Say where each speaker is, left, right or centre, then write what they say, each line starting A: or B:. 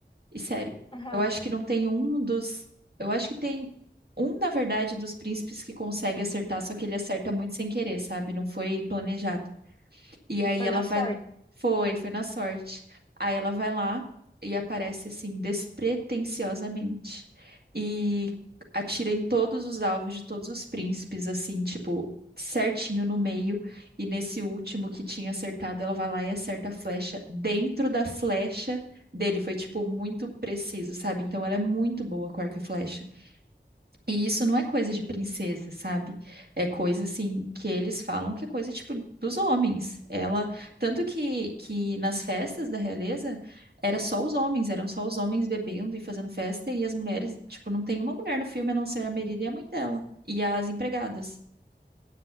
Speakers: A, on the right; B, on the left.
A: E sério,
B: Aham,
A: eu acho que não tem um dos. Eu acho que tem um, na verdade, dos príncipes que consegue acertar, só que ele acerta muito sem querer, sabe? Não foi planejado. E aí
B: Foi
A: ela
B: na
A: vai
B: sorte.
A: lá. Foi, foi na sorte. Aí ela vai lá e aparece assim, despretensiosamente. E atira em todos os alvos de todos os príncipes, assim, tipo, certinho no meio. E nesse último que tinha acertado, ela vai lá e acerta a flecha dentro da flecha dele. Foi, tipo, muito preciso, sabe? Então ela é muito boa com arco e flecha. E isso não é coisa de princesa, sabe? É coisa assim que eles falam que é coisa tipo dos homens. Ela, tanto que que nas festas da realeza era só os homens, eram só os homens bebendo e fazendo festa e as mulheres, tipo, não tem uma mulher no filme a não ser a Merida e a mãe dela e as empregadas.